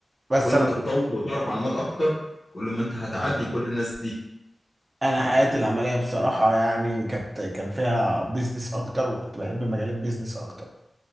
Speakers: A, on the right; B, on the left.
A: بس
B: كل ما
A: أنا
B: تتطور وتعرف معلومات اكتر كل ما انت هتعدي كل الناس دي
A: أنا حياتي العملية بصراحة يعني كانت كان فيها بيزنس أكتر وكنت بحب مجال البيزنس أكتر